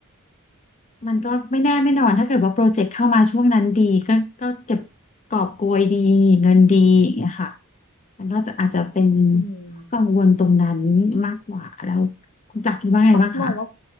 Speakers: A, on the left (about 30°); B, on the left (about 60°).
A: มันก็ไม่แน่ไม่นอนถ้าเกิดว่าโปรเจกต์เข้ามาช่วงนั้นดีก็ก็เก็บกอบโกยดีเงินดีอย่างเงี้ยค่ะมันก็จะอาจจะเป็น
B: อืม
A: ข้อกังวลตรงนั้นมากกว่าแล้วคุณจักรคิดว่าไงบ้างคะ
B: ตักมองว่า